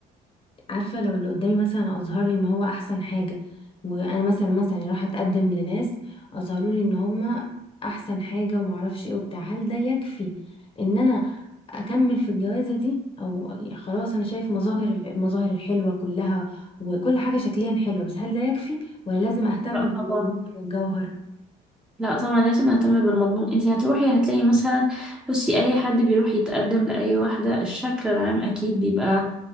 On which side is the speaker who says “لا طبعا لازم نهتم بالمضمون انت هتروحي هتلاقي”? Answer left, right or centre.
Centre